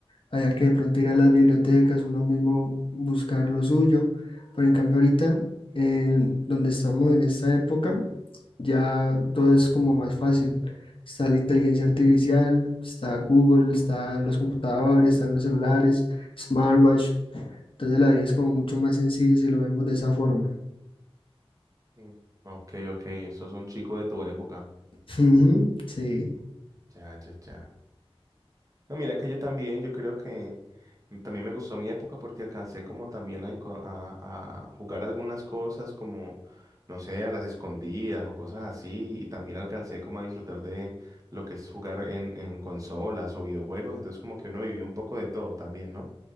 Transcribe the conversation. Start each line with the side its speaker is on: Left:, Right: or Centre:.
Left: Había que de pronto ir a las bibliotecas, uno mismo buscar lo suyo. Pero en cambio ahorita, en donde estamos en esta época, ya todo es como más fácil. Está la inteligencia artificial, está Google, están los computadores, están los celulares, smartwatch. Entonces la vida es como mucho más sencilla si lo vemos de esa forma.
Right: Mm, Ok, ok, sos un chico de tu época.
Left: <laughs> Ujú, Sí,
Right: Ya, ya, ya. No, mira que yo también, yo creo que también me gustó mi época porque alcancé como también a, enco- a, a jugar algunas cosas como, no sé, a las escondidas o cosas así. Y también alcancé como a disfrutar de lo que es jugar en, en consolas o videojuegos. Entonces como que uno vivió un poco de todo también, ¿no?